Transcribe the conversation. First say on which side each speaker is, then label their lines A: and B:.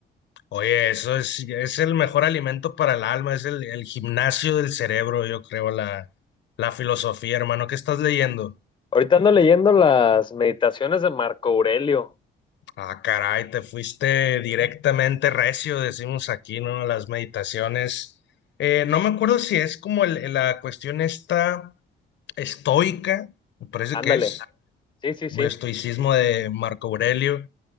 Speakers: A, on the left; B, on the left.
A: Oye, eso es, es el mejor alimento para el alma, es el, el gimnasio del cerebro, yo creo, la, la filosofía, hermano. ¿Qué estás leyendo?
B: Ahorita ando leyendo las meditaciones de Marco Aurelio.
A: Ah, caray, te fuiste directamente recio, decimos aquí, ¿no? Las meditaciones. Eh, no me acuerdo si es como el- la cuestión esta estoica, me parece
B: Ándale.
A: que es,
B: Sí, sí,
A: como
B: sí.
A: el estoicismo de Marco Aurelio.